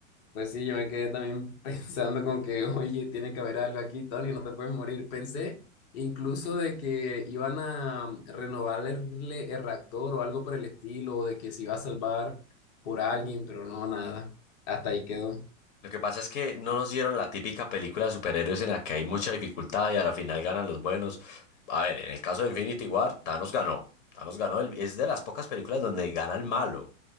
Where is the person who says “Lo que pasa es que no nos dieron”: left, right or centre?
Left